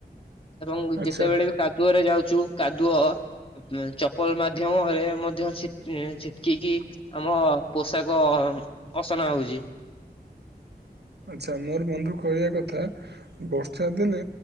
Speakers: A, on the left; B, on the right.
A: ଏବଂ
B: ଆଚ୍ଛା
A: ଯେତେବେଳେ ବି କାଦୁଅରେ ଯାଉଛୁ କାଦୁଅ ଚପଲ ମାଧ୍ୟମରେ ମଧ୍ୟ ଛିଟ୍ ଛିଟିକି କି ଆମ ପୋଷାକ ଅସନା ହୋଉଚି।
B: ଆଚ୍ଛା ମୋର ବନ୍ଧୁ କହିବା କଥା ବର୍ଷା ଦିନେ